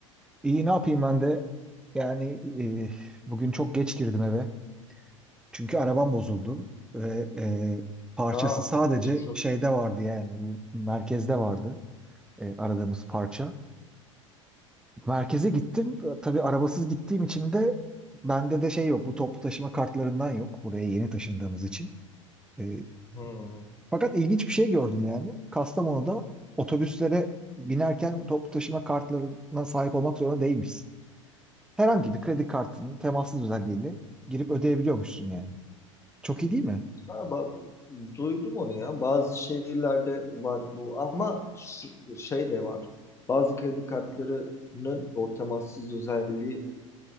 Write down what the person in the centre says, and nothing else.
İyi, ne yapayım ben de? Yani e, bugün çok geç girdim eve. Çünkü arabam bozuldu. Ve e, parçası
sadece
şeyde vardı yani. Bu merkezde vardı e, aradığımız parça. Merkeze gittim. Tabii arabasız gittiğim için de bende de şey yok. Bu toplu taşıma kartlarından yok. Buraya yeni taşındığımız için. Ee,
fakat ilginç bir şey gördüm yani. Kastamonu'da otobüslere binerken toplu taşıma kartlarına sahip olmak zorunda değilmişsin. Herhangi bir kredi kartının temassız özelliğiyle girip ödeyebiliyormuşsun yani. Çok iyi değil mi?